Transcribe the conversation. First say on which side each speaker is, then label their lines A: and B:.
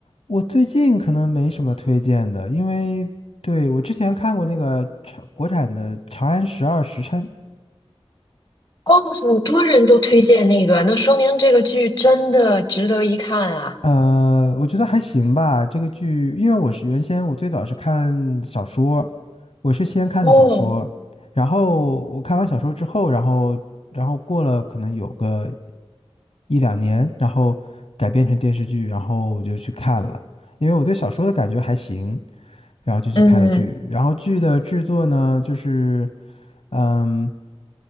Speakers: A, on the left; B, on the left.
A: 我最近可能没什么推荐的，因为对我之前看过那个长国产的《长安十二时辰》，
B: 哦，好多人都推荐那个，那说明这个剧真的值得一看啊。
A: 呃，我觉得还行吧。这个剧，因为我是原先我最早是看小说，我是先看的小说，
B: 哦，
A: 然后我看完小说之后，然后然后过了可能有个一两年，然后改编成电视剧，然后我就去看了。因为我对小说的感觉还行，然后就去看了剧。
B: 嗯。
A: 然后剧的制作呢，就是嗯，